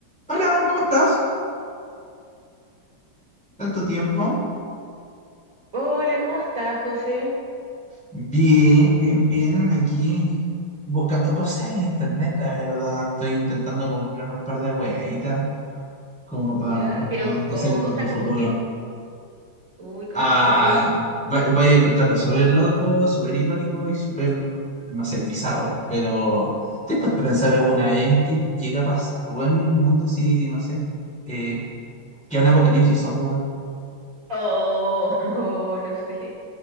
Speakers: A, in the centre; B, on the right.
A: Hola, ¿cómo estás? ¿Tanto tiempo?
B: Hola, ¿cómo estás, José?
A: Bien, bien, bien. Aquí buscando cosas en internet, la verdad. Estoy intentando comprar un par de hueaditas como
B: Ya,
A: para
B: pero
A: abastecerme
B: como cosas
A: para el
B: como
A: futuro.
B: qué, uy, cosas
A: Ah,
B: como qué,
A: va- vaya a encontrarlo súper loco, súper irónico y súper, no sé, bizarro. Pero ¿te has puesto a pensar alguna vez qué llega a pasar, weón, en el mundo si, no sé, eh, que un apocalipsis zombie,
B: oh, <laughs> no sé.